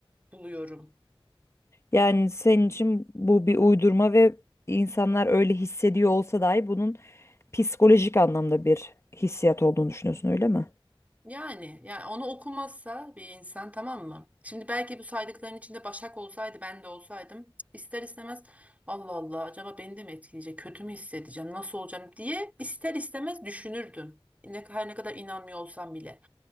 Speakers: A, on the right (about 15°); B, on the left (about 30°).
A: buluyorum.
B: Yani senin için bu bir uydurma ve insanlar öyle hissediyor olsa dahi bunun psikolojik anlamda bir hissiyat olduğunu düşünüyorsun öyle mi?
A: Yani, yani onu okumazsa bir insan tamam mı? Şimdi belki bu saydıkların içinde Başak olsaydı ben de olsaydım ister istemez Allah Allah acaba beni de mi etkileyecek kötü mü hissedeceğim nasıl olacağım diye ister istemez düşünürdüm. Ne, her ne kadar inanmıyor olsam bile.